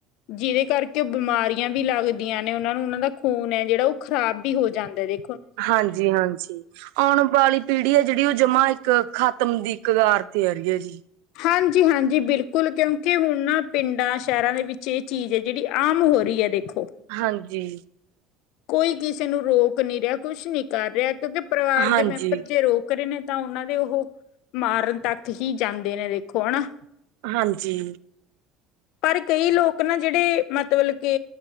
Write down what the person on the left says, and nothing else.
ਜਿਹਦੇ ਕਰਕੇ ਉਹ ਬਿਮਾਰੀਆਂ ਵੀ ਲੱਗਦੀਆਂ ਨੇ, ਉਹਨਾਂ ਨੂੰ ਉਹਨਾਂ ਦਾ ਖ਼ੂਨ ਹੈ ਜਿਹੜਾ ਉਹ ਖਰਾਬ ਵੀ ਹੋ ਜਾਂਦਾ ਜੇ।
ਹਾਂਜੀ-ਹਾਂਜੀ, ਬਿਲਕੁਲ, ਕਿਉਂਕਿ ਹੁਣ ਨਾ ਪਿੰਡਾਂ ਸ਼ਹਿਰਾਂ ਦੇ ਵਿੱਚ, ਇਹ ਚੀਜ਼ ਹੈ। ਜਿਹੜੀ ਆਮ ਹੋ ਰਹੀ ਹੈ ਦੇਖੋ।
ਕੋਈ ਕਿਸੇ ਨੂੰ ਰੋਕ ਨਹੀਂ ਰਿਹਾ, ਕੁੱਛ ਨਹੀਂ ਕਰ ਰਿਹਾ, ਕਿਉਂਕਿ ਪਰਿਵਾਰ
ਦੇ ਮੈਂਬਰ ਜੇ ਰੋਕ ਰਹੇ ਨੇ ਤਾਂ, ਉਹਨਾਂ ਦੇ ਉਹ ਮਾਰਨ ਤੱਕ ਹੀ ਜਾਂਦੇ ਨੇ ਦੇਖੋ ਹਨਾ।
ਪਰ ਕਈ ਲੋਕ ਨਾ ਜਿਹੜੇ, ਮਤਲਬ ਕੇ